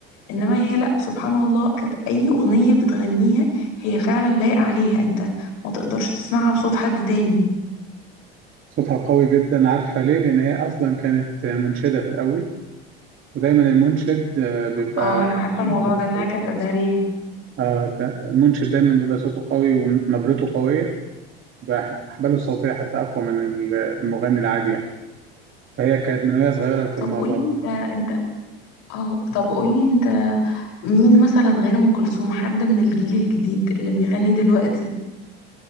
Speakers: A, on the left; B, on the right.
A: انما هي لا سبحان الله كانت اي اغنيه بتغنيها هي فعلا لايقه عليها انت ما تقدرش تسمعها بصوت حد تاني
B: صوتها قوي جدا عارفه ليه لان هي اصلا كانت منشده في الاول ودايما المنشد آه، بيبقى
A: اه انا عارفه الموضوع
B: صوته
A: ده انها
B: قوي
A: كانت ازهريه
B: آه ت- المنشد دايما بيبقى صوته قوي ونبرته قوية بأحباله الصوتية حتى أقوى من ال- المغني العادي يعني فهي كانت من وهي صغيرة في
A: طب
B: الموضوع
A: قولي
B: ده.
A: انت انت اه طب قولي انت مين مثلا غير ام كلثوم حد من الجيل الجديد اللي بيغني دلوقتي